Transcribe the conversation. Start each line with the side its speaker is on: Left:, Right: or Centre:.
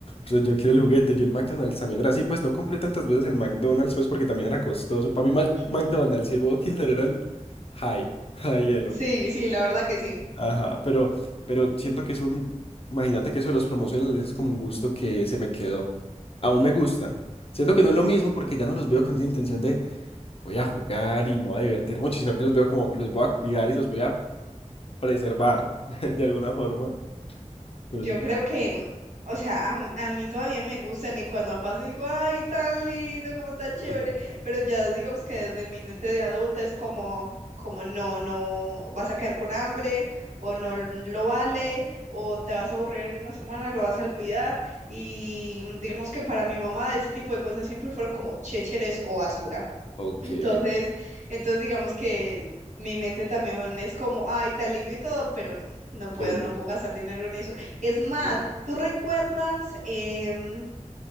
Left: Pero yo quiero el juguete. Yo el McDonald's también era así. Pues no compré tantas veces el McDonald's, pues porque también era costoso. Para mí, Mac-
Right: Ujú.
Left: McDonald's y el Burger King eran high, <laughs> high hielo.
Right: Sí, sí, la verdad que sí.
Left: Ajá, pero, pero siento que es un. Imagínate que eso de los promocionales es como un gusto que se me quedó. Aún me gusta. Siento que no es lo mismo porque ya no los veo con esa intención de voy a jugar y me voy a divertir mucho, sino que los veo como los voy a cuidar y los voy a preservar <laughs> de alguna forma. Pero
Right: Yo
Left: es muy
Right: creo
Left: chido.
Right: que, mm, o sea, a, m- a mí todavía me gustan y cuando pasa digo, ay, tan lindo, como tan chévere,
Left: Ajá.
Right: pero ya digamos que desde mi mente de adulta es como, como no, no vas a quedar con hambre o no l- lo vale o te vas a aburrir en una semana, lo vas a olvidar y mm, digamos que para mi mamá ese tipo de cosas siempre fueron como chécheres o basura.
Left: Ok.
Right: Entonces, entonces digamos que mi mente también es como, ay, tan lindo y todo, pero no, no puedo,
Left: pero no.
Right: no puedo gastar dinero en eso. Es más,
Left: ok.
Right: ¿tú recuerdas em,